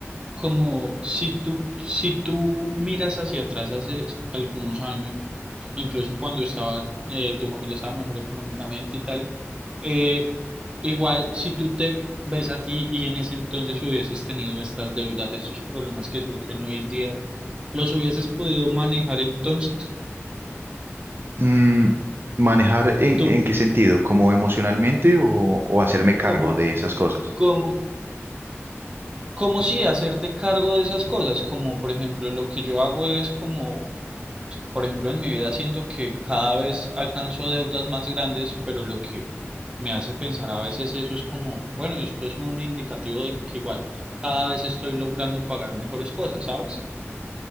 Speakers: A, on the right (about 20°); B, on the right (about 50°).
A: como si tú, si tú miras hacia atrás hace algunos años, incluso cuando estabas, eh, tu familia estaba mejor económicamente y tal, eh, igual si tú te ves a ti y en ese entonces hubieses tenido estas deudas, estos problemas que surgen hoy en día, ¿los hubieses podido manejar entonces
B: Mm, ¿manejar en,
A: tú?
B: en qué sentido? ¿Como emocionalmente o, o hacerme cargo
A: Como,
B: de esas cosas?
A: como, como si hacerte cargo de esas cosas, como por ejemplo lo que yo hago es como por ejemplo, en mi vida siento que cada vez alcanzo deudas más grandes, pero lo que me hace pensar a veces eso es como, bueno, esto es un indicativo de que igual cada vez estoy logrando pagar mejores cosas, ¿sabes?